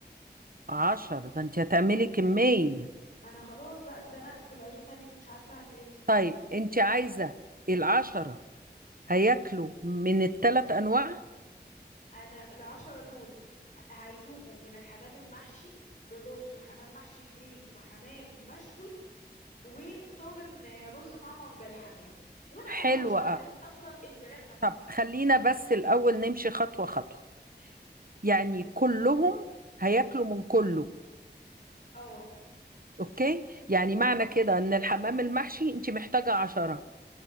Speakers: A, on the right; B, on the left.
A: عشرة ده انت هتعملي كمية
B: ما انا خلاص بقى اتزنقت في العزومة دي ومش عارفة اعمل ايه
A: طيب انت عايزة العشرة هياكلوا من الثلاث انواع
B: انا العشرة دول ه- هيدوقوا من الحمام المحشي برز وحمام محشي فريك وحمام مشوي وطاجن رز معمر بالحمام وانا
A: حلوة
B: ما بعرفش اعمل
A: أوي.
B: اصلا الفراخ نفسها
A: طب خلينا بس الاول نمشي خطوة خطوة يعني كلهم هياكلوا من كله
B: اه
A: اوكي يعني معنى كده ان الحمام المحشي انت محتاجة عشرة